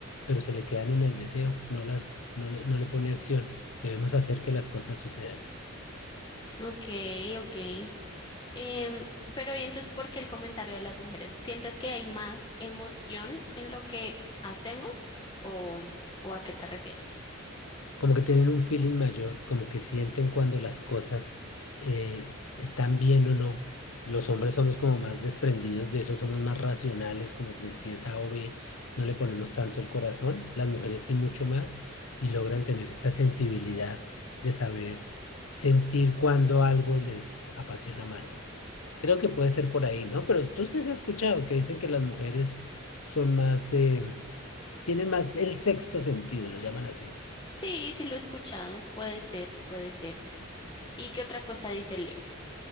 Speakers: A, on the left; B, on the left.
A: pero se le quedan en el deseo, no las, no le, no le pone acción. Debemos hacer que las cosas sucedan.
B: Ok, ok. Em, pero ¿y entonces, ¿por qué el comentario de las mujeres? ¿Sientes que hay más emoción en lo que hacemos o, o a qué te refieres?
A: como que tienen un feeling mayor, como que sienten cuando las cosas eh, están bien o no. Los hombres somos como más desprendidos de eso, somos más racionales, como que si es A o B, no le ponemos tanto el corazón. Las mujeres sí mucho más y logran tener esa sensibilidad de saber sentir cuando algo les apasiona más. Creo que puede ser por ahí, ¿no? Pero tú sí has escuchado que dicen que las mujeres son más, eh, tienen más el sexto sentido, lo llaman así.
B: Sí, sí lo he escuchado. Puede ser, puede ser. ¿Y qué otra cosa dice el libro?